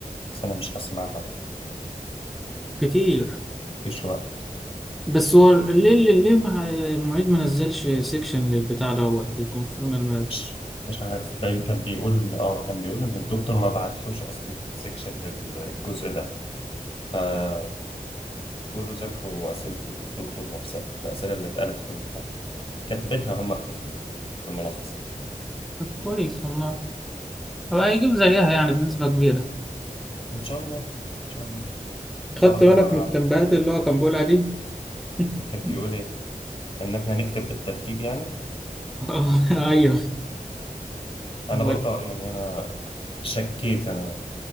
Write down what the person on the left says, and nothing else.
بس انا مش هسمعها طبعا
في شويه
مش مش عارف باين كان بيقول اه كان بيقول ان الدكتور ما بعتلوش اسئله السكشن للجزء ده فبيقولوا ذاكروا اسئله الدكتور نفسها الاسئله اللي اتقالت في المحاضره كاتبينها هم في ال- في الملخص
ان شاء الله ان شاء الله
بصراحه
ما
كان بيقول ايه ان احنا نكتب بالترتيب يعني
انا
برضه يعني انا شكيت انا